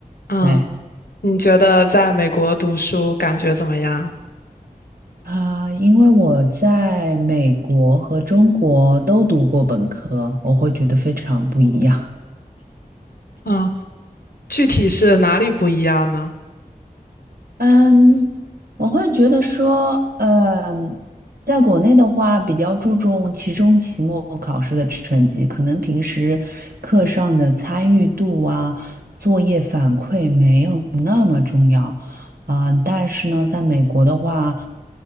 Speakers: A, on the left (about 75°); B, on the right (about 75°).
A: 嗯，
B: 对，
A: 你觉得在美国读书感觉怎么样？
B: 啊，因为我在美国和中国都读过本科，我会觉得非常不一样。
A: 嗯，具体是哪里不一样呢？
B: 嗯，我会觉得说，嗯，在国内的话，比较注重期中、期末考试的成绩，可能平时课上的参与度啊、作业反馈没有。重要啊，但是呢，在美国的话，